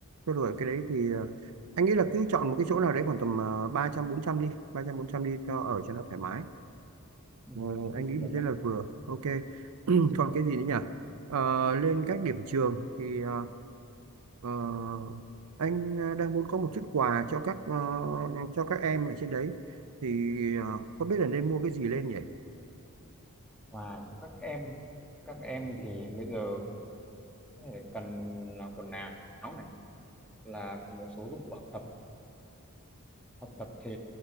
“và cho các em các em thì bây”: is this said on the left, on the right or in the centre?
Centre